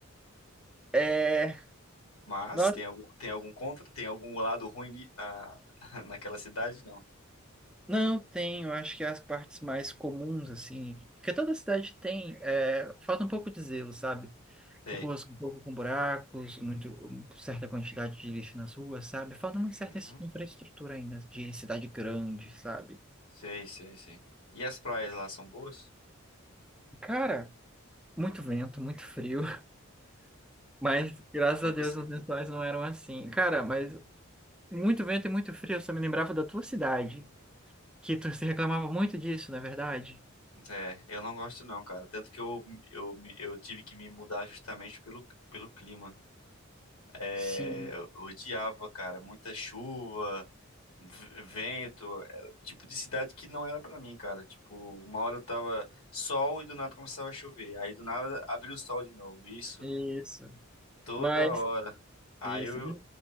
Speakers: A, in the centre; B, on the left.
A: É,
B: Mas
A: nós
B: tem algum, tem algum contra, tem algum lado ruim ni- na, <laughs> naquela cidade? Não.
A: não tem, eu acho que as partes mais comuns, assim, porque toda cidade tem, é, falta um pouco de zelo, sabe?
B: Sei.
A: Ruas um pouco com buracos, muito, um- certa quantidade de lixo nas ruas, sabe? Falta uma certa
B: Uhum.
A: infraestrutura ainda de cidade grande, sabe?
B: Sei, sei, sei. E as praias lá são boas?
A: Cara, Muito vento, muito frio. <laughs> Mas graças
B: Não
A: a Deus
B: consigo.
A: os lençóis não eram assim. Cara, mas muito vento e muito frio, você me lembrava da tua cidade, que tu se reclamava muito disso, não é verdade?
B: É, eu não gosto não, cara. Tanto que eu, eu, me- eu tive que me mudar justamente pelo, pelo clima. É,
A: Sim,
B: eu eu odiava, cara, muita chuva, v- vento, era o tipo de cidade que não era pra mim, cara. Tipo, uma hora eu tava sol e do nada começava a chover. Aí do nada abriu o sol de novo. Isso
A: isso.
B: toda
A: Mas,
B: hora. Aí
A: isso.
B: eu,